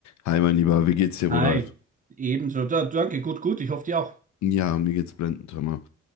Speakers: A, on the left (about 65°); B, on the right (about 25°).
A: Hi, mein Lieber, wie geht's dir, Rudolf?
B: Hi, ebenso. Da, danke, gut, gut. Ich hoffe, dir auch.
A: Ja, mir geht's blendend, hör mal.